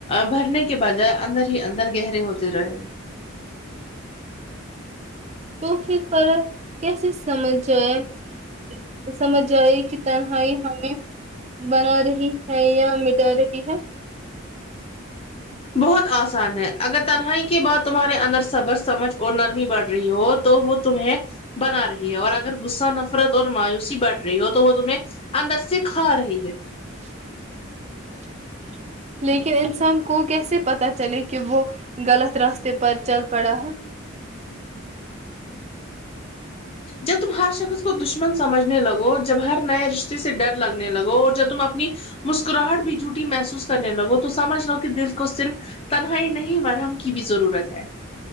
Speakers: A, on the left (about 30°); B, on the right (about 35°).
A: بھرنے کے بجائے اندر ہی اندر گہرے ہوتے رہے ہیں
B: تو پھر فرق کیسے سمجھ جائے سمجھ آئی کہ تنہائی ہمیں بنا رہی ہے یا مٹا را رہی ہے
A: بہت آسان ہے اگر تنہائی کی بات تمہارے اندر صبر سمجھ اور نرمی بڑھ رہی ہو تو وہ تمہیں بنا رہی ہے اور اگر غصہ نفرت اور مایوسی بڑھ رہی ہو تو وہ تمہیں اندر سے کھا رہی ہے
B: <inaudible> لیکن انسان کو کیسے پتا چلے کہ وہ غلط راستے پر چل پڑا ہے
A: جب تم ہر شخص کو دشمن سمجھنے لگو جب ہر نئے رشتے سے ڈر لگنے لگو اور جب تم اپنی مسکراہٹ بھی جھوٹی محسوس کرنے لگو تو سمجھ لو کہ دل کو صرف تنہائی نہیں مرہم کی بھی ضرورت ہے